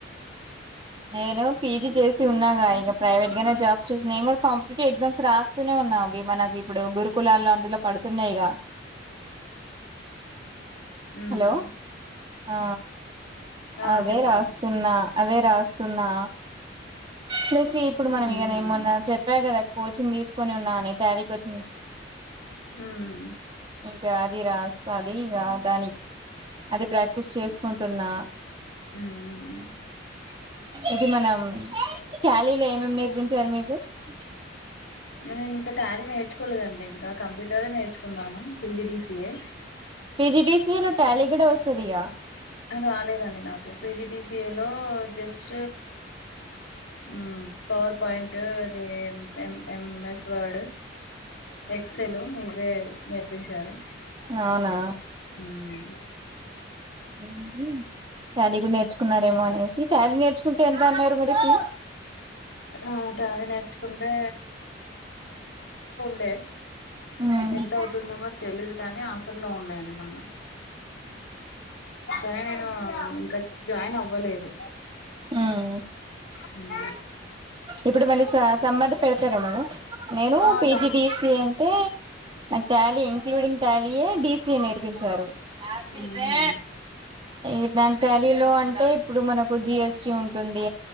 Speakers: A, on the right (about 25°); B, on the left (about 80°).
A: <inaudible> నేను పీజీ జేసి ఉన్నాగా ఇగ ప్రైవేట్ గానే జాబ్స్ చూసి నేను గూడా కాంపిటేటివ్ ఎగ్జామ్స్ రాస్తూనే ఉన్నా అవి మనకి ఇప్పుడు గురుకులాల్లో అందులో పడుతున్నాయిగా
B: ఉమ్
A: హలో ఆ
B: ఆ
A: అవే
B: చెప్పండి
A: రాస్తున్నా అవే రాస్తున్నా ప్సి
B: ఉమ్
A: ఇప్పుడు మనం ఇగనే మొన్నా చెప్పా గదా కోచింగ్ దీసుకొని ఉన్నా అని తారీ కోచింగ్స్
B: ఉమ్
A: ఇంకా అది రాస్త అది ఇంకా దానికి అది ప్రాక్టీస్ చేసుకుంటున్నా
B: ఉమ్ ఉమ్
A: ఇది మనం ట్యాలీలో ఏమేమి నేర్పించారు మీకు <inaudible>
B: నీనికా టాలీ నేర్చుకోలేదండి ఇంకా కంప్యూటరే నేర్చుకున్నాను. పిజిడిసిఏ
A: పీజిడసిఏలో టాలీ కూడా వసది ఇగా
B: కా రాలేదండి నాకు పీజిడిస్ ఏలో జస్ట్ హు పావర్ పాయింటుంది. M M S Word Excel ఇవే నేర్పించారు.
A: అవునా
B: ఉమ్
A: హుహూ ట్యాలీ కూడా నేర్చుకున్నారేమో అనేసి ట్యాలీ నేర్చుకుంటే ఎంత అన్నారు మరి ఫీ
B: ఆ టాలీ నేర్చుకుంటే టే
A: ఉమ్
B: ఎంత
A: ఉమ్
B: అవుతుందో మరి తెలీదు కానీ ఆఫర్ లో ఉన్నాయండి. మళ్ళా కానీ నేను ఇంకా జాయిన్ అవ్వలేదు.
A: ఉమ్
B: హుమ్
A: ఇప్పుడు మళ్ళీ సా సమ్మధ పెడతార మరి నేను
B: ఆ
A: పిజిడిసి
B: సం
A: అంటే నాక్ ట్యాలీ, ఇంక్లూడింగ్ ట్యాలీయే డీసీయే నేర్పించారు. ఆపిల్
B: ఊహూ
A: రే ఇట్లాంటి అల్లిలో అంటే ఇప్పుడు మనకు జిఎస్టీ ఉంటుంది.